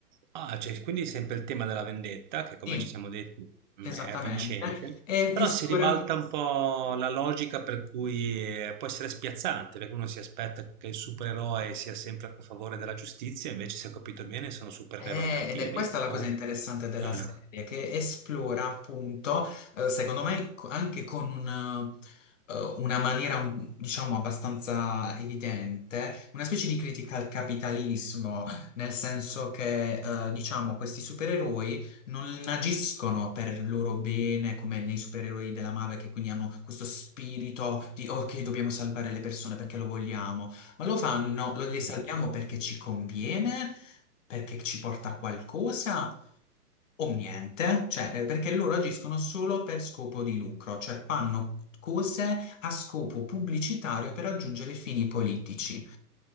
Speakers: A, on the right (about 30°); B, on the left (about 50°).
A: ah, cioè quindi sempre il tema della vendetta, che come
B: Sì,
A: ci siamo detti, mhmm,
B: esattamente.
A: è vincente,
B: E,
A: però
B: e sicura-
A: si ribalta un po' la logica per cui, ehm, può essere spiazzante, perché uno si aspetta che il supereroe sia sempre a favore della giustizia, invece se ho capito bene sono supereroi
B: Eh,
A: cattivi
B: Ed è questa la
A: o
B: cosa interessante della
A: <laughs>
B: serie, che esplora appunto, eh, secondo me, co- anche con un, eh, una maniera, un- diciamo, abbastanza evidente, una specie di critica al capitalismo, nel senso che, eh, diciamo, questi supereroi non agiscono per il loro bene, come nei supereroi della Marvel, che quindi hanno questo spirito di, ok, dobbiamo salvare le persone perché lo vogliamo, ma lo fanno, lo, le
A: mh.
B: salviamo perché ci conviene perché ci porta a qualcosa o niente, cioè eh, perché loro agiscono solo per scopo di lucro, cioè fanno cose a scopo pubblicitario per raggiungere fini politici.